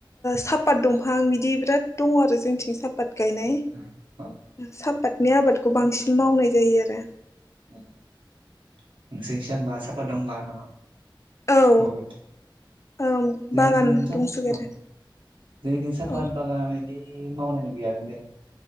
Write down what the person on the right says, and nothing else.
आतसा औ
<unintelligible> सापाट दं होमबा नामा?
बहुद
जोंनिथिं
जोंनिथिं
साफात
बागान इदि मावनायनो गैयानो दे